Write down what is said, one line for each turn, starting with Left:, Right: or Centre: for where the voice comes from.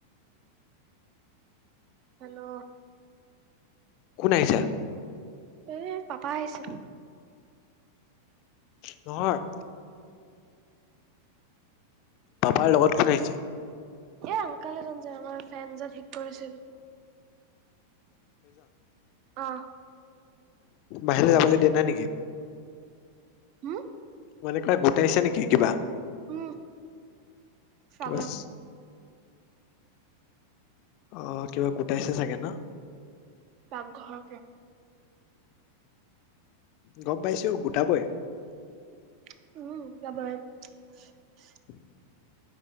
Right: হেল্ল'?
Left: কোন আহিছা
Right: এই পাপা আহিছে৷
Left: নহয় পাপাৰ লগত কোন আহিছে
Right: এ আংকাল এজন যে আমাৰ ফেনজন ঠিক কৰিছিল অ
Left: বাহিৰলে যাবলে দিয়া নাই নেকি
Right: উম।
Left: <unintelligible> গোটাইছে নেকি কিবা
Right: উম, চাগৰ
Left: কি বাছ? অ কিবা গোটাইছে চাগে না।
Right: পাকঘৰতে।
Left: গম পাইছোঁ গোটাবয়ে।
Right: উমাপ <unintelligible>
Left: উম।